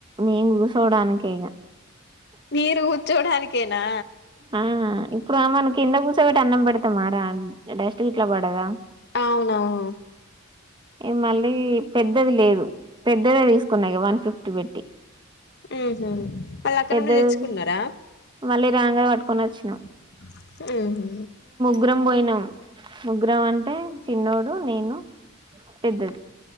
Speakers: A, on the right; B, on the left.
A: మేము కూసోడాకే ఇగ
B: మీరు కూర్చోడానికేనా
A: ఆ ఇప్పుడు ఆమె ను కింద కుసబెట్టి అన్నం పెడుతా మారా డస్ట్ గిట్లా పడదా
B: అవునవును
A: ఇగ మళ్ళీ పెద్దది లేదు పెద్దదే తీసుకున్నా ఇగ వన్ ఫిఫ్టీ పెట్టి
B: మ్ హు వాళ్ళు అక్క
A: పెద్దది
B: నుండి తెచ్చుకున్నారా
A: మళ్ళీ రాంగానే పట్టుకోనోచ్చినం
B: మ్ హు
A: ముగ్రం పోయినాం ముగ్రం అంటే చిన్నోడు నేను పెద్దది